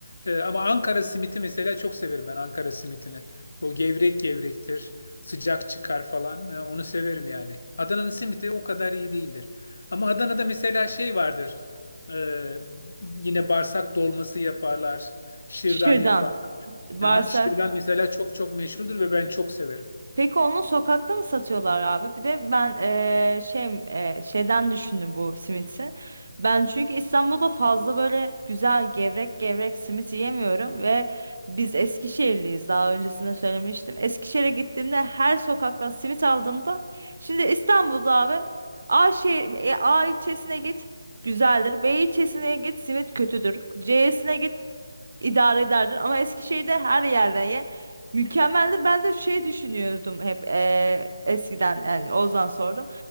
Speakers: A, on the left; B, on the right.
A: Ee, ama Ankara simiti mesela çok severim ben Ankara simitini. O gevrek gevrektir, sıcak çıkar falan. Ee, onu severim yani. Adana'nın simiti o kadar iyi değildir. Ama Adana'da mesela şey vardır. Ee, yine bağırsak dolması yaparlar, şırdan
B: Şuradan.
A: yaparlar.
B: Ha? Bağırsak.
A: Aha, şırdan mesela çok çok meşhurdur ve ben çok severim.
B: Peki onu sokakta mı satıyorlar abi? Bir de ben eee şey şeyden düşündüm bu simiti. Ben çünkü İstanbul'da fazla böyle güzel gevrek gevrek simit yiyemiyorum ve biz Eskişehirliyiz daha öncesinde söylemiştim. Eskişehir'e gittiğimde her sokaktan simit aldığımda şimdi İstanbul'da abi A şehir e, A ilçesine git güzeldir. B ilçesine git simit kötüdür. C'sine git idare ederdin ama Eskişehir'de her yerden ye mükemmeldir. Ben de şey düşünüyordum hep eee, eskiden yani Oğuz'dan sordum.